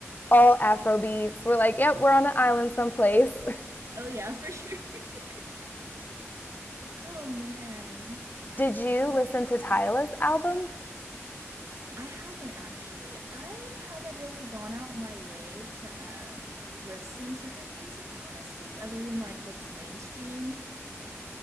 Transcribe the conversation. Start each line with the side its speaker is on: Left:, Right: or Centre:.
Left: all Afro beats. We're like, yep, we're on an island someplace.
Right: Oh, yeah, for sure. <laughs> Oh, man.
Left: <laughs> Did you listen to Tyla's album?
Right: I haven't actually. I haven't really gone out my way to um, listen to her music, honestly, other than like what's mainstream.